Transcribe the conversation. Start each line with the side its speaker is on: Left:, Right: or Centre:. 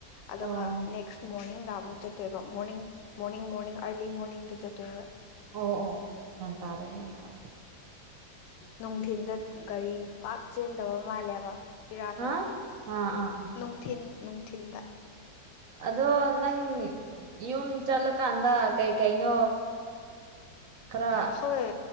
Left: ꯑꯗꯨꯒ
Right: ꯑꯣ
Left: ꯅꯦꯛꯁ ꯃꯣꯔ ꯃꯣꯔꯅꯤꯡ ꯗꯑꯃꯨꯛ ꯆꯠꯇꯣꯏꯕ ꯃꯣꯔꯅꯤꯡ ꯃꯣꯔꯅꯤꯡ ꯃꯣꯔꯅꯤꯡ ꯑꯔꯂꯤ ꯃꯣꯔꯅꯤꯡꯗ ꯆꯠꯇꯦꯕ
Right: ꯑꯣ ꯑꯣ ꯒ꯭ꯌꯥꯟ ꯇꯥꯔꯦ ꯒ꯭ꯌꯥꯟ ꯇꯥꯔꯦ
Left: ꯅꯨꯡꯊꯤꯟꯗ ꯒꯥꯔꯤ ꯄꯥꯛ ꯆꯦꯟꯗꯕ ꯃꯥꯜꯂꯦꯕ ꯏꯔꯥꯡꯅ
Right: ꯍꯥ ꯑꯥ ꯑꯥ ꯑꯥ
Left: ꯅꯨꯡꯊꯤꯜ ꯅꯨꯡꯊꯤꯜꯗ
Right: ꯑꯗꯣ ꯅꯪ ꯌꯨꯝ ꯆꯠꯂꯀꯥꯟꯗ ꯀꯩ ꯀꯩꯅꯣ ꯈꯔ
Left: ꯍꯣꯏ